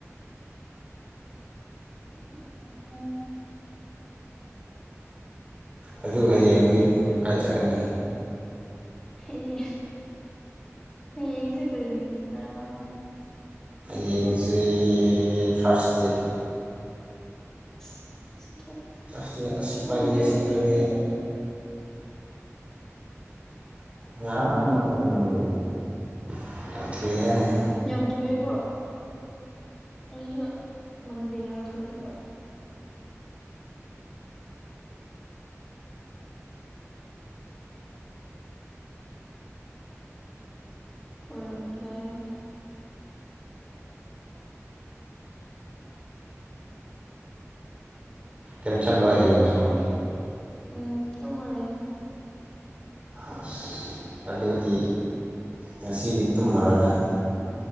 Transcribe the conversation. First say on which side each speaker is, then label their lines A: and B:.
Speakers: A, in the centre; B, on the right.
A: ꯎꯝ
B: ꯑꯗꯨꯒ ꯍꯌꯦꯡꯗꯤ ꯀꯀꯥꯏ ꯆꯠꯀꯅꯤ
A: ꯍ‌ꯦ ꯍꯌꯦꯡꯁꯦ ꯀꯔꯤ ꯅꯨꯃꯤꯠ꯭ꯔꯥ <unintelligible>
B: ꯍꯌꯦꯡꯁꯤ ꯊꯔꯁ ꯗꯦ
A: ꯑꯁ ꯆꯊꯣꯛ
B: ꯊꯥꯔꯁꯗꯦ ꯑꯁ
A: ꯆꯠꯊꯣꯛꯅꯤꯡꯉꯥꯏ
B: ꯐ꯭ꯔꯥꯏꯗꯦ ꯁꯦꯇꯔꯗꯦ
A: ꯂꯩꯇꯦꯅ‌ꯦ
B: ꯉꯔꯥꯡ ꯅꯠꯇ꯭ꯔꯣ ꯃꯟꯗ‌ꯦꯁ‌ꯦ ꯌꯥꯝ ꯊꯨꯏꯍ‌ꯦ
A: ꯌꯥꯝ ꯊꯣꯛꯑꯦꯀꯣ ꯑꯩꯁꯨ ꯃꯟꯗꯦꯔ ꯈꯜꯂꯒ ꯑꯣꯏꯔꯝꯗ‌ꯦ
B: ꯀꯩꯝ ꯆꯠꯂꯣꯏ ꯍꯌꯦꯡꯁꯨ
A: ꯎꯝ ꯇꯣ <unintelligible> ꯂꯩꯅꯤ
B: ꯑꯁ ꯑꯗꯨꯗꯤ ꯉꯁꯤꯗꯤ ꯇꯨꯝꯃꯔꯣꯏ ꯅꯪ꯫